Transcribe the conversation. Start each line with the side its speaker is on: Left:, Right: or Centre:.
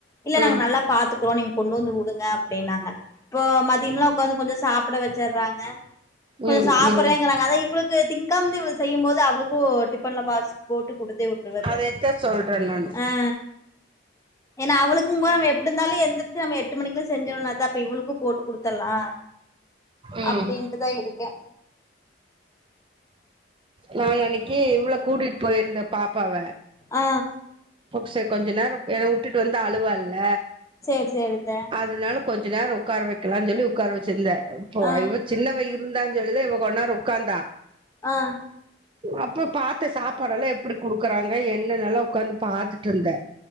Left: இல்ல நாங்க
Right: ம்
Left: நல்லா பாத்துக் க்ரோனி கொண்டு வந்து விடுங்க அப்படின்னாங்க இப்ப மதியம்லா உட்காந்து கொஞ்சம் சாப்பிட வச்சறாங்க கொஞ்ச
Right: ம்
Left: சாப்பிடுறேங்கிறாங்க
Right: ம்
Left: அதா இவளுக்கு திங்காந்து இ்வள செய்யும் போது அவளுக்கும் டிஃபன்ல பாக்ஸ் போட்டு குடுத்தே விட்டுருவத்த
Right: அதத்தா சொல்றே நானு
Left: ஆ ஏன்னா அவளுக்கும் போ நம் எப்படி இருந்தாலு எந்திரச்சு நம்ம எட்டு மணிக்குள்ள செஞ்சோம்னா தா அப்ப இவளுக்கும் போட்டு கொடுத்தடலா
Right: ம்
Left: அப்படின்ட்டுதா இருக்கே
Right: நா அன்னைக்கு இவள கூட்டிட்டு போயிருந்தே பாப்பாவ
Left: ஆ
Right: சரி கொஞ்ச நேரம் விட்டுட்டு வந்த அழுவால்ல
Left: சேரி சேரித்த
Right: அதனால கொஞ்ச நேரம் உட்கார வைக்கலாம்னு சொல்லி உட்கார வச்சிருந்த இப்போ
Left: ஆ
Right: இவ சின்னவ இருந்தான்னு சொல்லித இவ கொன்னர உட்கார்ந்தா
Left: ஆ
Right: அப்ப பாத்த சாப்பாடு எல்லா எப்படி கொடுக்குறாங்க என்னென்னல்லா உட்காந்து பார்த்துட்டு இருந்தே